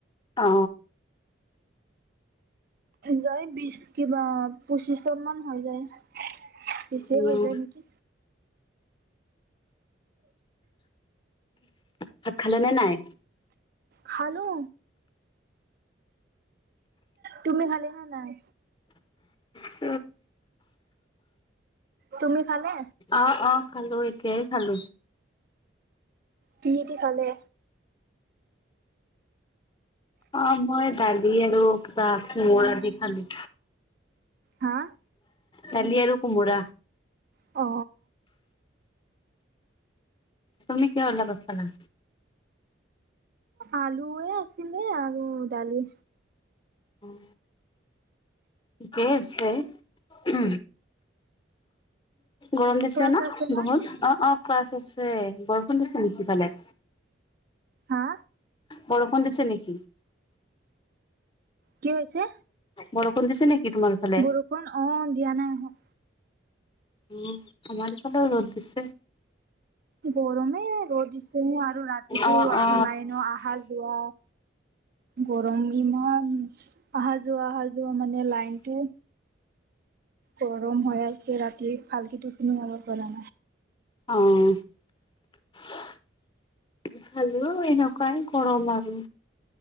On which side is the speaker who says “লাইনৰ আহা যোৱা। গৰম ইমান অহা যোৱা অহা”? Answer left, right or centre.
Right